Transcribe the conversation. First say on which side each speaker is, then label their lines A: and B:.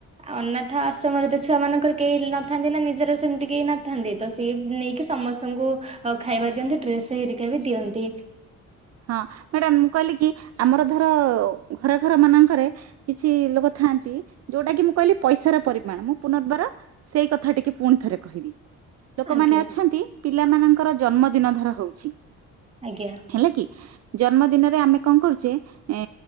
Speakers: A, on the right; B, on the right.
A: ଆଉ ଅନାଥ ଆଶ୍ରମରେ ତ ଛୁଆ ମାନଙ୍କର କେହି ନଥାନ୍ତି ନା ନିଜର ସେମିତି କେହି ନଥାନ୍ତି ତ ସିଏ ନେଇକି ସମସ୍ତେ ତମକୁ ଖାଇବା ଦିଅନ୍ତି ଡ୍ରେସ ହେରିକା ବି ଦିଅନ୍ତି
B: ହଁ ମ୍ୟାଡାମ ମୁଁ କହିଲି କି ଆମର ଧର ଘର ଘର ମାନଙ୍କରେ କିଛି ଲୋକ ଥାଆନ୍ତି ଯୋଉଟା କି ମୁଁ କହିଲି ପଇସାର ପରିମାଣ ମୁଁ ପୁନର୍ବାର ସେଇ କଥା ଟିକ ପୁଣି ଥରେ କହିବି ଲୋକମାନେ
A: ଆଜ୍ଞା
B: ଅଛନ୍ତି ପିଲାମାନଙ୍କର ଜନ୍ମ ଦିନ ଧର ହଉଛି।
A: ଆଜ୍ଞା।
B: ହେଲା କି ଜନ୍ମ ଦିନରେ ଆମେ କଣ କରୁଛେ ଏ